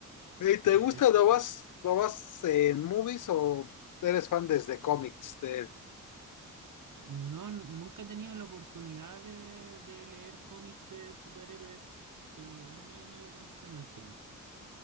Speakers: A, on the left; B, on the right.
A: ¿Y te
B: de,
A: gusta?
B: de Spider-Man.
A: ¿Lo vas, lo vas en movies o eres fan desde cómics de él?
B: No, n- nunca he tenido la oportunidad de, de leer cómics de superhéroes, pero igual me llama la atención el tema.